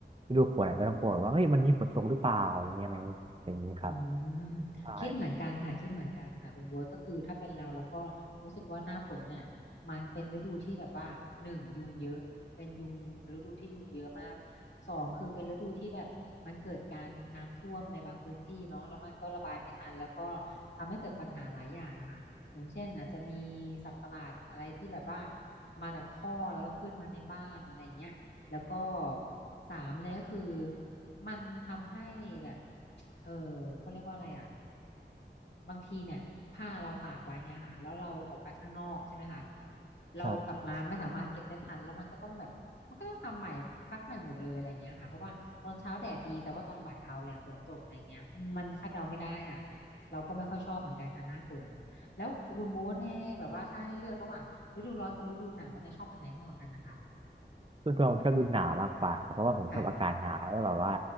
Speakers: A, on the right; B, on the left.
A: ฤดูฝนอาจจะต้องกลัวว่าเอ้ยวันนี้ฝนตกหรือเปล่าอะไรเงี้ยไหมอะไรอย่างนี้ครับ
B: อืม
A: ใช่
B: คิดเหมือนกันค่ะคิดเหมือนกันค่ะคุณบ๊วยก็คือถ้าเป็นเราเราก็รู้สึกว่าหน้าฝนเนี่ยมันเป็นฤดูที่แบบว่าหนึ่งยุงเยอะเป็นยุงฤดูที่ยุงเยอะมากสองคือเป็นฤดูที่แบบมันเกิดการน้ำท่วมในบางพื้นที่เนาะแล้วมันก็ระบายไม่ทันแล้วก็ทำให้เกิดปัญหาหลายอย่างอะค่ะอย่างเช่นอาจจะมีสัตว์ประหลาดอะไรที่แบบว่ามาจากท่อแล้วก็ขึ้นมาในบ้านอะไรอย่างเงี้ย แล้วก็สามเลยก็คือมันทำให้แบบเออเขาเรียกว่าอะไรอ่ะบางทีเนี่ยผ้าเราตากไว้เงี้ยค่ะแล้วเราออกไปข้างนอกใช่ไหมคะเรากลับมาไม่สามารถเก็บได้ทันแล้วมันก็ต้องแบบมันก็ต้องทำใหม่ซักใหม่หมดเลยอะไรเงี้ยค่ะเพราะว่าตอนเช้าแดดดีแต่ว่าตอนบ่ายเอาแล้วฝนตกอะไรเงี้ยมันคาดเดาไม่ได้อ่ะ
A: ครับ
B: เราก็ไม่ค่อยชอบเหมือนกันค่ะหน้าฝนแล้วคุณโบ๊ทเนี่ยแบบว่าถ้าให้เลือกระหว่างฤดูร้อนกับฤดูหนาวเนี่ยชอบอันไหนมากกว่ากันนะคะ
A: ส่วนตัวผมชอบฤดูหนาวมากกว่าครับเพราะว่าผมชอบอากาศหนาวแล้วแบบว่า
B: ค่ะ